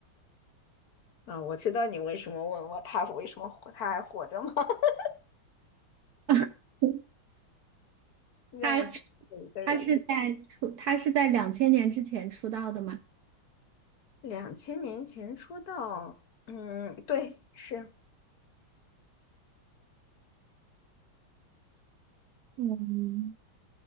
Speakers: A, on the left; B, on the right.
A: 啊，我知道你为什么问我他为什么活他还活着吗？<laughs>
B: <laughs>
A: 让我想有一个人，
B: 他他是在出他是在两千年之前出道的吗？
A: 两千年前出道，嗯，对，是。
B: 嗯，